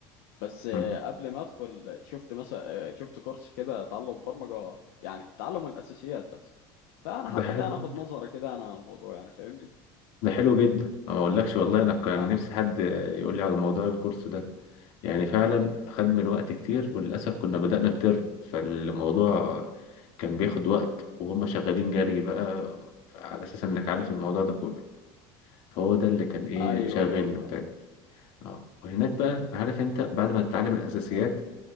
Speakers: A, on the left (about 80°); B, on the left (about 65°).
A: بس
B: مم.
A: قبل ما ادخل شفت مثلا شفت كورس كده تعلم برمجه يعني تعلم الاساسيات بس فانا
B: ده
A: حبيت
B: حلو
A: انا اخد نظره كده انا عن الموضوع يعني فاهمني
B: ده حلو جدا أنا ما اقولكش والله انا كان
A: اه
B: نفسي حد يقول لي على موضوع الكورس ده يعني فعلا خد من وقت كتير وللاسف كنا بدأنا الترم فالموضوع كان بياخد وقت وهم شغالين جري بقى على اساس انك عارف الموضوع ده كله فهو ده اللي كان ايه
A: ايوه
B: شاغلني
A: ايوه فاهم
B: وبتاع اه وهناك بقى عارف انت بعد ما تتعلم
A: ط-
B: الاساسيات